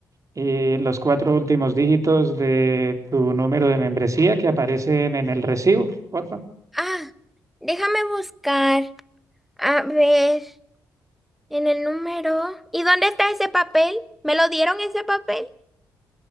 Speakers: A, on the right; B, in the centre.
A: y los cuatro últimos dígitos de tu número de membresía que aparecen en el recibo, porfa?
B: Ah, déjame buscar. A ver, en el número. ¿Y dónde está ese papel? ¿Me lo dieron ese papel?